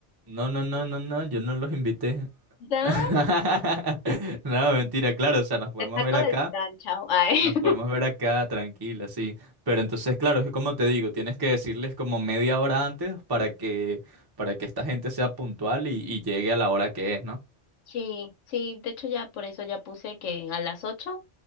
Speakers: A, on the right; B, on the left.
A: No, no, no, no, no, yo no los invité.
B: Dan,
A: <laughs> No, mentira, claro, o sea, nos podemos
B: te saco
A: ver acá,
B: del plan, chao. Ay.
A: nos podemos ver acá, tranquila, sí. Pero entonces, claro, es como te digo, tienes que decirles como media hora antes para que, para que esta gente sea puntual y, y llegue a la hora que es, ¿no?
B: Sí, sí, de hecho ya por eso ya puse que a las ocho